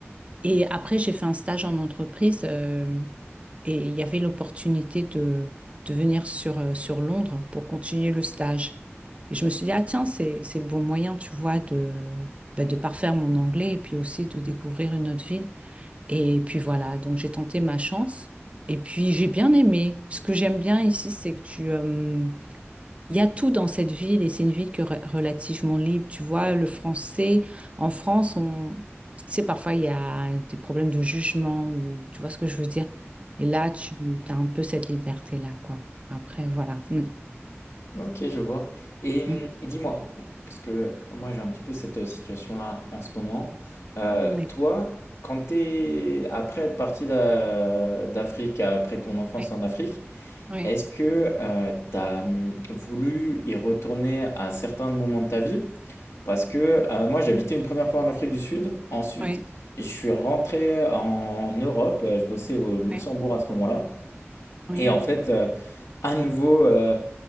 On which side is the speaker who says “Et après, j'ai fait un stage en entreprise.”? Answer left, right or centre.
Right